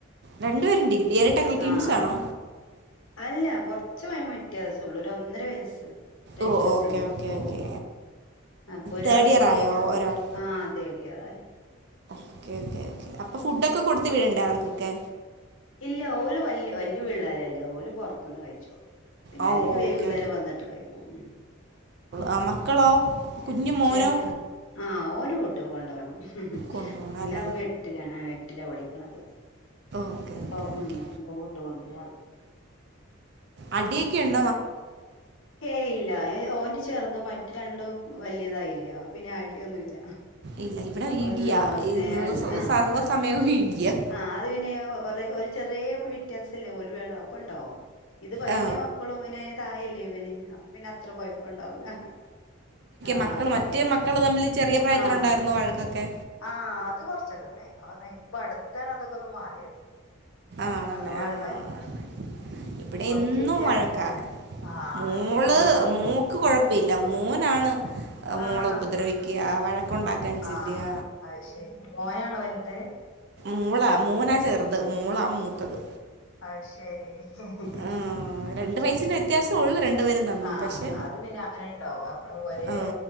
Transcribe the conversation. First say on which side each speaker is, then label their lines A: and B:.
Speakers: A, on the right; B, on the left.
A: രണ്ടു പേരും ഡിഗ്രി ഏരട്ടകളാണോ ട്വിൻസ്
B: ആഹ്
A: ആണോ
B: അല്ല കൊറച്ച് വയസ് വ്യത്യാസള്ളൂ ഒരു ഒന്നര വയസ്സ് അത്ര വ്യത്യാസം
A: ഓ ഓക്കെ
B: ഉണ്ടാവും
A: ഓക്കെ
B: ഓഹ്
A: ഓക്കെ
B: അപ്പൊ ഒരാള്
A: തേർഡ് ഇയർ
B: ഡിഗ്രി
A: ആയോ ഒരാൾ
B: ആഹ് തേഡ് ഇയറായി
A: ഓക്കെ ഓക്കെ ഓക്കെ അപ്പോൾ ഫുഡൊക്കെ കൊടുത്ത് വിടണ്ടേ അവർക്കൊക്കെ
B: ഇല്ല ഓല് വല് വല്യ പിള്ളേരല്ലേ ഓല് പുറത്തുന്ന് കഴിച്ചോളും പിന്നെ
A: ഓ
B: അല്ലെങ്കിൽ വൈകുന്നേരം
A: ഓക്കെ
B: വന്നിട്ട് കഴിക്കും മ്മ്
A: ആഹ് മക്കളോ കുഞ്ഞു മോനോ
B: ചെർ ആഹ് ഓന് കൂട്ട് കൊണ്ട് പോണം
A: കൊണ്ടുപോകണം
B: ഓന്
A: അല്ലേ
B: എട്ടിലാണ് എട്ടിലാ പഠിക്കണത്
A: ഓക്കെ
B: അപ്പൊ
A: ഓക്കെ
B: മ്മ്
A: ഓക്കെ
B: അപ്പൊ ഫുഡ് കൊണ്ട് പോണം
A: അടിയൊക്കെ ഉണ്ട്
B: ഏയ് ഇല്ല ഓന് ചെറുതും മറ്റത് രണ്ടും വലിയതായില്ലേ പിന്നെ അടി ഒന്നുമില്ല
A: ഇല്ല ഇവിടെ
B: ഓല്
A: ഇടിയാ
B: സ്നേഹവുണ്ട്
A: ഇന്ന് സ-
B: ആഹ്
A: സർവ്വസമയവും ഇടിയാ
B: ആഹ് അത് പിന്നെ ഒ ഒരു ചെറിയ വ്യത്യാസല്ലേ ഓലി വരണോ അപ്പ ഉണ്ടാവും ഇത് വലിയ
A: ആ
B: മക്കളും ഇന് തായല്ലേ ഇവനെ അപ്പൊ പിന്നെ അത്ര കൊഴപ്പണ്ടാവൂല ആഹ്
A: മക്കള് മറ്റേ മക്കള് തമ്മിൽ ചെറിയ പ്രായത്തിലുണ്ടായിരുന്നോ
B: ആഹ്
A: വഴക്കൊക്കെ
B: ആഹ് അത് കുറച്ചൊക്കെ ഉണ്ടായിനു ഇപ്പ അടുത്താണ് അതൊക്കെ ഒന്ന് മാറിയത്
A: ആണല്ലേ
B: അതോളം
A: ആഹ്
B: ഉണ്ടായിനു
A: ഹ ഇവിടെ
B: കൊറച്ച്
A: ഇന്നും
B: വിറ്റ്
A: വഴക്കാ
B: ആഹ്
A: മോള്
B: അത് പിന്നെ വീട്ടില് കൊ-
A: മോള്ക്ക് കൊഴപ്പമില്ല മോനാണ്
B: ആഹ്
A: മോളെ ഉപദ്രവിക്കുക വഴക്കുണ്ടാക്കാൻ ചെല്ലുക
B: ആഹ് അത് ശരി മോനാണോ വലുത്
A: മോളാ മോനാ ചെറുത് മോളാ മൂത്തത്
B: അയ് ശരി ആഹ്
A: ആ,
B: ഹ്
A: രണ്ട് വയസ്സിൻ്റെ വ്യത്യാസമേ ഉള്ളൂ രണ്ടുപേരും തമ്മിൽ
B: ആഹ്
A: പക്ഷേ
B: അത് പിന്നെ അങ്ങനെ ഇണ്ടാവും അമ്മള് ഒരേ
A: ആ,